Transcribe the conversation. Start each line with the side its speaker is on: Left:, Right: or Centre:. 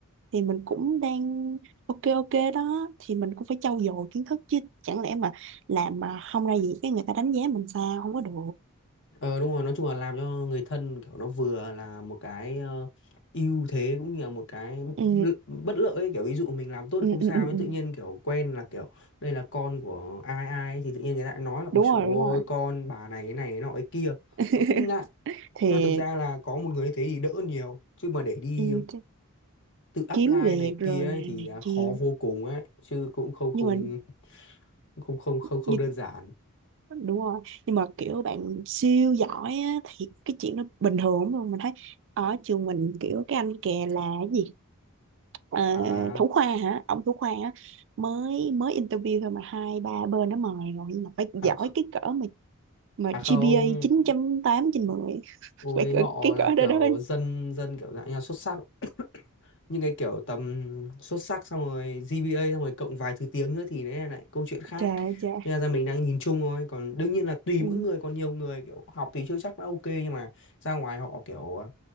Right: thì mình cũng đang ok ok đó thì mình cũng phải trau dồi kiến thức chứ chẳng lẽ mà làm mà không ra gì cái người ta đánh giá mình sao không có được
Left: Ờ đúng rồi, nói chung là làm cho người thân kiểu nó vừa là một cái ờ, ưu thế cũng như là một cái
Right: ừ
Left: l- bất lợi ấy. Kiểu ví dụ mình làm tốt
Right: ừ
Left: không sao
Right: ừ ừ
Left: nhưng
Right: ừ.
Left: tự nhiên kiểu quen là kiểu đây là con của ai ai ấy, thì tự nhiên người ta lại nói là ui
Right: đúng
Left: dồi
Right: rồi
Left: ôi
Right: đúng rồi
Left: con bà này cái này cái nọ cái kia
Right: <laughs>
Left: nó cũng ngại
Right: thì
Left: nhưng mà thực ra là có một người như thế thì đỡ nhiều chứ mà để đi
Right: ừ,
Left: um,
Right: chắc
Left: tự apply
Right: kiếm việc
Left: này
Right: rồi
Left: kia ấy,
Right: này,
Left: thì
Right: này
Left: à, khó
Right: kia
Left: vô cùng ấy chứ cũng không không
Right: nhưng mà
Left: không không không không
Right: như
Left: đơn giản
Right: đúng rồi nhưng mà kiểu bạn siêu giỏi á, thì cái chuyện nó bình thường lắm luôn mình thấy ở trường mình kiểu cái anh kè là cái gì Ờ,
Left: à
Right: thủ khoa hả ông thủ khoa á mới mới interview thôi mà hai ba bên nó mời rồi nhưng mà phải
Left: à,
Right: giỏi
Left: kh-
Right: cái cỡ mà mà
Left: à không
Right: GPA 9 tám trên mười <laughs>
Left: Ôi
Right: phải cỡ-
Left: họ
Right: cái
Left: là
Right: cỡ
Left: kiểu
Right: đó đó
Left: dân dân kiểu dạng như là xuất sắc <coughs> nhưng cái kiểu tầm xuất sắc xong rồi GPA xong rồi cộng vài thứ tiếng nữa thì đấy là lại câu chuyện khác
Right: trời trời
Left: Thế là ra mình đang nhìn chung thôi còn đương nhiên là tùy
Right: ừ,
Left: mỗi người còn nhiều người kiểu học thì chưa chắc đã ok nhưng mà ra ngoài họ kiểu à,